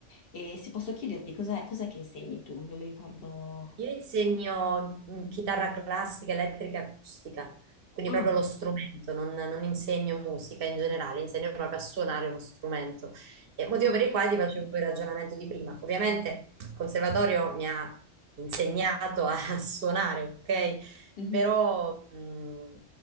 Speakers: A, on the left; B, on the right.
A: E se posso chiederti, cos'è cos'è che insegni tu? Non mi ricordo.
B: Io insegno mh, chitarra classica, elettrica e acustica, quindi
A: Ah,
B: proprio lo strumento, non, non insegno musica in generale, insegno proprio a suonare uno strumento. E motivo
A: ah,
B: per il quale ti facevo quel ragionamento di prima. Ovviamente il conservatorio mi ha insegnato a, <laughs> a suonare, ok?
A: Mhm.
B: Però mh,